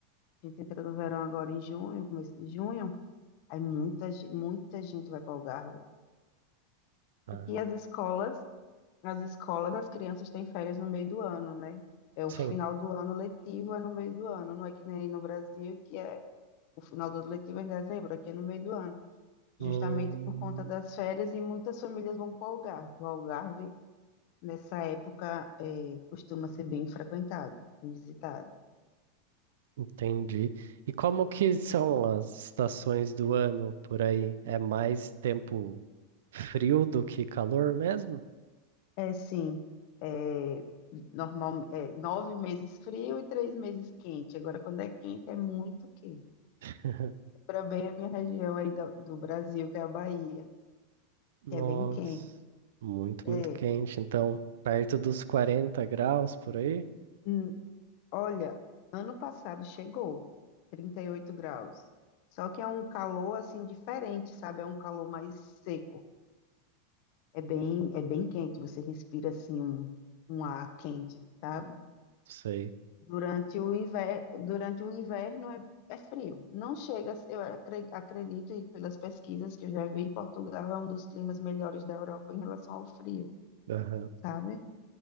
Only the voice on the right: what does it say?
Ah,
sim.
Hum.
Entendi. E como que são as estações do ano por aí? É mais tempo frio do que calor mesmo?
<laughs>
Nossa,
muito,
muito quente. Então, perto dos 40 graus por aí?
Sei.
Aham.